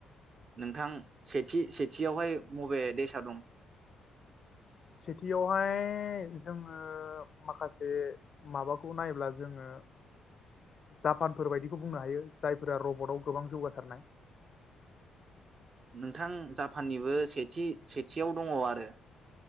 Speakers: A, on the right (about 45°); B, on the left (about 45°).
A: नोंथां सेथि सेथियावहाय मबे देसा दं?
B: सेथियावहाय जोङो माखासे माबाखौ नायोब्ला जोङो जापानफोर बायदिखौ बुंनो हायो जायफोरा रबटआव गोबां जौगासारनाय।
A: नोंथां जापाननिबो सेथि सेथियाव दङ आरो